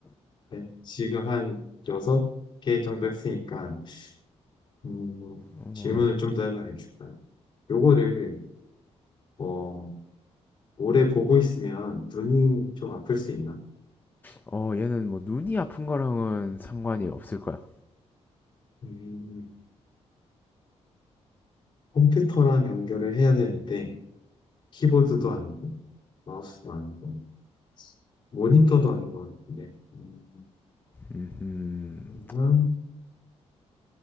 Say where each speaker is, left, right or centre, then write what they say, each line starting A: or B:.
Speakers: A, on the left; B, on the left.
A: 네, 지금 한 여섯 개 정도 했으니까, 음, 뭐,
B: 어,
A: 질문을 좀 더 해봐야겠다. 요거를, 어, 오래 보고 있으면 눈이 좀 아플 수 있나?
B: 어, 얘는 뭐 눈이 아픈 거랑은 상관이 없을 거야.
A: 음, 컴퓨터랑 연결을 해야 되는데, 키보드도 아니고, 마우스도 아니고, 모니터도 아닌 것 같은데. 음,
B: 음, 음,
A: 그러면